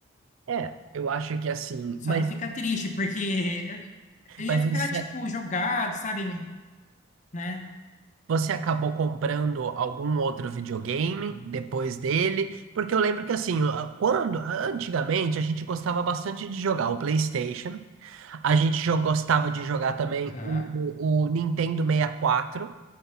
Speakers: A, on the right; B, on the left.
A: É, eu acho que assim,
B: Só
A: mas
B: não fica triste, porque eu ia
A: Mas
B: ficar,
A: você,
B: tipo, jogado, sabe? Né?
A: você acabou comprando algum outro videogame depois dele? Porque eu lembro que assim, a- quando antigamente a gente gostava bastante de jogar o PlayStation, a gente jo- gostava de jogar também
B: Aham.
A: o, o Nintendo 64,